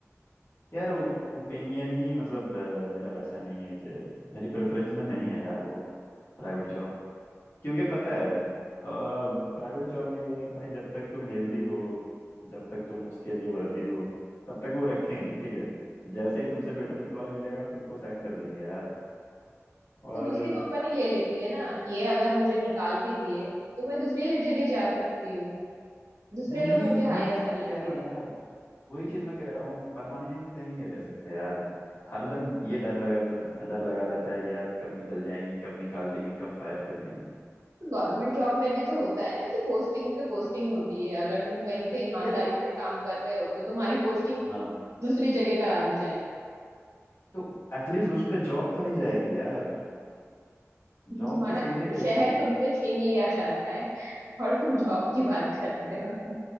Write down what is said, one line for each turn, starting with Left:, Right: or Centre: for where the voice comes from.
Left: यार ओपिनियन ही मतलब अ, मेरा वैसा नहीं है कि मेरी प्रेफरेंस में नहीं है यार वो प्राइवेट जॉब क्योंकि पता है प्राइवेट जॉब में ये है कि भाई जब तक तुम हेल्दी हो जब तक तुम उसके लिए वर्दी हो तब तक वो रखेंगे ठीक है जैसे ही तुमसे बेटर एम्प्लॉय मिलेगा तुमको सैक कर देंगे यार और
Right: तो दूसरी कंपनी ले लेती है ना ये अगर मुझे निकाल भी दिए तो मैं दूसरी जगह जा सकती हूँ दूसरे
Left: वही
Right: लोग मुझे
Left: वही
Right: हायर
Left: चीज तो
Right: कर
Left: मैं
Right: लेंगे
Left: कह रहा हूँ यार वही चीज मैं कह रहा हूँ परमानेंट कहीं नहीं रह सकते यार हरदम ये डर डर लगा रहता है कि यार कब निकल जाएंगे कब निकाल देंगे कब फायर कर देंगे
Right: तो गवर्नमेंट जॉब में भी तो होता है ना कि पोस्टिंग पे पोस्टिंग होती है अगर तुम कहीं पे ईमानदारी
Left: यार
Right: से काम कर रहे हो तो तुम्हारी पोस्टिंग
Left: हाँ
Right: दूसरी जगह करा दी जाएगी
Left: तो एटलीस्ट उसपे जॉब तो नहीं जाएगी यार
Right: <laughs>
Left: जॉब
Right: तुम्हारा
Left: तो सेम ही रहेगी
Right: शहर तुमसे छीन लिया जाता है और तुम जॉब की बात कर रहे हो